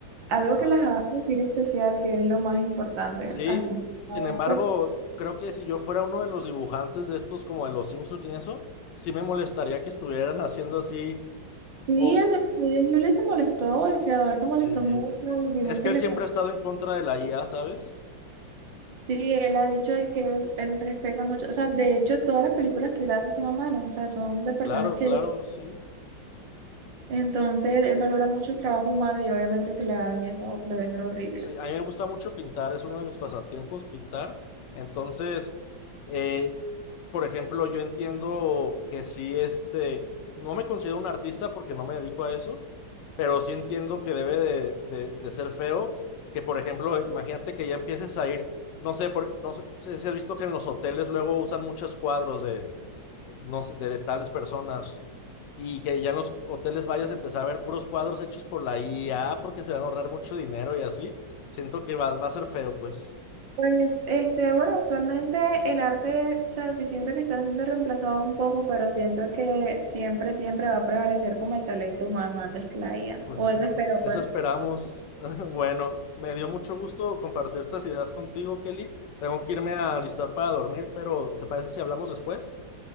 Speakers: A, on the right; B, on the left.
A: algo
B: Ajá.
A: que las haga sentir especial, que es lo más importante.
B: Sí,
A: al fin
B: sin
A: y al
B: embargo,
A: cabo.
B: creo que si yo fuera uno de los dibujantes de estos, como de los Simpsons y eso, sí me molestaría que estuvieran haciendo así.
A: Sí,
B: O
A: el del estudio Ghibli se molestó, el creador se molestó
B: sí.
A: mucho y dijo
B: Es
A: que
B: que él
A: le
B: siempre
A: parecía-
B: ha estado en contra de la IA, ¿sabes?
A: Sí, él ha dicho de que él, él respeta mucho, o sea, de hecho todas las películas que él hace son a mano, o sea, son de personas
B: Claro,
A: que
B: claro, sí.
A: entonces él valora mucho el trabajo humano y obviamente que le hagan eso debe ser horrible.
B: Sí, a mí me gusta mucho pintar, es uno de mis pasatiempos pintar. Entonces, eh, por ejemplo, yo entiendo que sí, este, no me considero un artista porque no me dedico a eso, pero sí entiendo que debe de, de- de ser feo, que por ejemplo, imagínate que ya empieces a ir, no sé, por- no sé si has visto que en los hoteles luego usan muchos cuadros de, no sé, de, de tales personas. Y que ya en los hoteles vayas a empezar a ver puros cuadros hechos por la IA porque se van a ahorrar mucho dinero y así. Siento que va, va a ser feo, pues.
A: Pues, este, bueno, actualmente el arte, o sea, sí siento que está siendo reemplazado un poco, pero siento que siempre, siempre va a prevalecer como el talento humano antes que la IA,
B: Pues
A: o
B: sí,
A: eso espero,
B: eso
A: pues.
B: esperamos. <laughs> Bueno, me dio mucho gusto compartir estas ideas contigo, Kelly. Tengo que irme a alistar para dormir, pero ¿te parece si hablamos después?